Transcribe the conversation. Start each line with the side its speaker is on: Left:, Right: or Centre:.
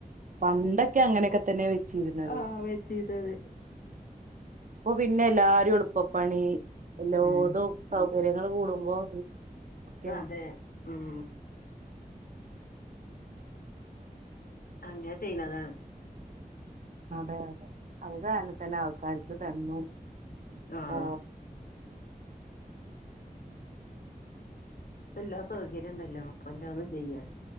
Right: പണ്ടൊക്കെ അങ്ങനെക്കെ തന്നെ വെച്ചിരുന്നത്
Left: ആഹ് വെച്ചീതത്
Right: ഇപ്പൊ പിന്നെ എല്ലാരും എളുപ്പ പണി എല്ലാതും
Left: ഉം
Right: സൗകര്യങ്ങള് കൂടുമ്പോ ഒക്കെ
Left: അതെ ഉം അങ്ങനെ ചെയ്യ്ണതാണ്
Right: അതെ അതെ അത് കാരണം തന്നെ ആൾക്കാർക്ക് ദണ്ണം
Left: ആഹ്
Right: ഓ
Left: ഇപ്പൊഎല്ലാ സൗകര്യം ഉണ്ടല്ലോ അപ്പ എല്ലാതും ചെയ്യാൻ